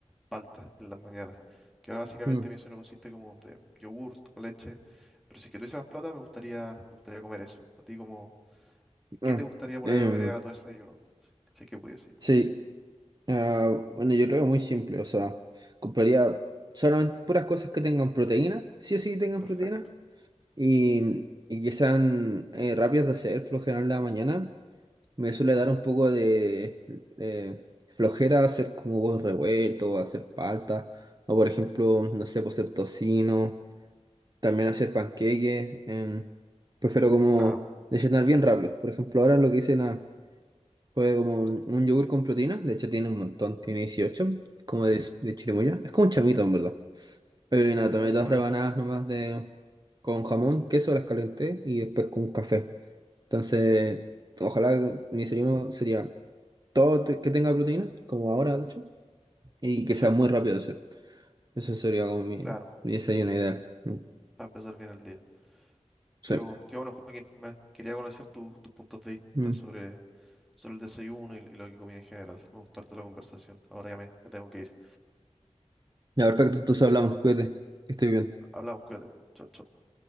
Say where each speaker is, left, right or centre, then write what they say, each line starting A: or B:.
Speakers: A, in the centre; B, on the right.
A: palta en las mañanas, que ahora básicamente
B: Mm,
A: mi desayuno consiste como de yogurt o leche, pero si es que tuviese más plata me gustaría, me gustaría comer eso. A ti como, ¿qué
B: ah,
A: te gustaría poner
B: em,
A: o agregar a tu desayuno? Si es que pudiese.
B: sí, ah, bueno, yo creo que muy simple, o sea, compraría solamente puras cosas que tengan proteína, sí o sí tengan
A: Perfecto.
B: proteína, y, y que sean eh, rápidas de hacer, por lo general en la mañana, Me suele dar un poco de eh, flojera hacer como huevos revueltos, hacer palta, o por ejemplo, no sé, pues hacer tocino, también hacer panqueques. em, prefiero como
A: Claro.
B: desayunar bien rápido. Por ejemplo, ahora lo que hice nada, fue como un, un yogur con proteína, de hecho tiene un montón, tiene 18, como de, de chirimoya. Es como un chamito en verdad. Eh, nada, tomé
A: Uh, qué
B: dos
A: buena.
B: rebanadas nomás de, con jamón, queso, las calenté y después con un café. Entonces, ojalá mi desayuno sería todo te- que tenga proteína, como ahora, de hecho, y que
A: Sí,
B: sea muy rápido de hacer. Eso sería como mi,
A: claro.
B: mi desayuno ideal. Mm,
A: Para empezar bien el día.
B: Sí.
A: Pero qué bueno, Joaquín. Me- quería conocer tus tus puntos de vista
B: Mm.
A: sobre, sobre el desayuno y, y lo que comía en general. Me gustó harto la conversación. Ahora ya me, me tengo que ir.
B: Ya, perfecto, entonces hablamos, cuídate, que estés bien.
A: Hablamos, cuídate. Chao, chao.